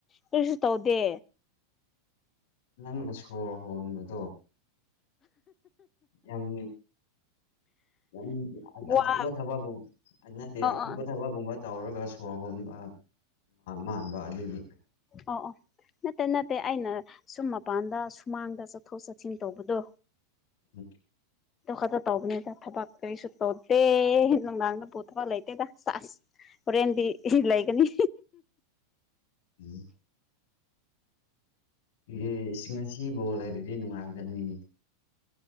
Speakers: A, on the left (about 25°); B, on the left (about 55°).
A: ꯀꯔꯤꯁꯨ ꯇꯧꯗꯦ
B: ꯅꯪꯅ ꯁꯣꯔ ꯍꯣꯟꯕꯗꯣ ꯌꯥꯝ ꯌꯥꯝ
A: ꯋꯥ
B: ꯑꯊꯨꯕ ꯊꯕꯛꯒꯨꯝ ꯅꯠꯇꯦ
A: ꯑ ꯑ
B: ꯑꯊꯨꯄ
A: ꯑꯣ
B: ꯊꯕꯛꯒꯨꯝꯕ ꯇꯧꯔꯒ ꯁꯣꯔ ꯍꯣꯟꯕ ꯃꯥꯟꯕ ꯑꯗꯨꯒꯤ
A: ꯑꯣ ꯑꯣ ꯅꯠꯇꯦ ꯅꯠꯇꯦ ꯑꯩꯅ ꯁꯨꯝ ꯃꯄꯥꯟꯗ ꯁꯨꯃꯥꯡꯗ ꯆꯠꯊꯣꯛ ꯆꯠꯁꯤꯟ ꯇꯧꯕꯗꯣ
B: ꯑꯣ <unintelligible>
A: ꯈꯛꯇ ꯇꯧꯕꯅꯤꯗ ꯊꯕꯛ ꯀꯔꯤꯁꯨ ꯇꯧꯗꯦ ꯅꯨꯡꯗꯥꯡꯗ ꯄꯨ ꯊꯕꯛ ꯂꯩꯇꯦꯗ ꯁꯦꯁ ꯍꯣꯔꯦꯟꯗꯤ ꯂꯩꯒꯅꯤ
B: ꯎꯝ ꯏꯍꯦ ꯉꯁꯤ ꯕꯣꯜ ꯂꯩꯔꯗꯤ ꯅꯨꯡꯉꯥꯏꯒꯗꯕꯅꯤꯅꯦ